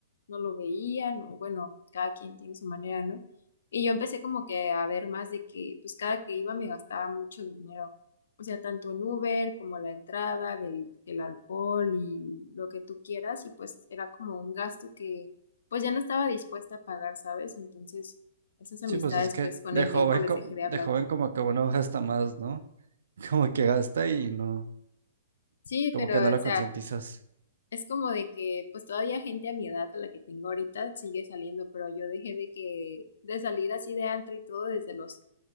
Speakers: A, on the left; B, on the right.
A: no lo veían o bueno, cada quien tiene su manera, ¿no? Y yo empecé como que a ver más de que pues cada que iba me gastaba mucho dinero, o sea, tanto en Uber como la entrada del, del alcohol y lo que tú quieras y pues era como un gasto que pues ya no estaba dispuesta a pagar, ¿sabes? Entonces esas amistades
B: Sí, pues es que
A: pues con
B: de
A: el
B: joven,
A: tiempo les
B: co-
A: dejé
B: de
A: de hablar.
B: joven como que uno gasta más, ¿no? <laughs> Como que gasta y no,
A: Sí, pero
B: como que no lo
A: o sea...
B: concientizas.
A: Es como de que, pues todavía gente a mi edad, a la que tengo ahorita, sigue saliendo, pero yo dejé de que, de salir así de antro y todo desde los,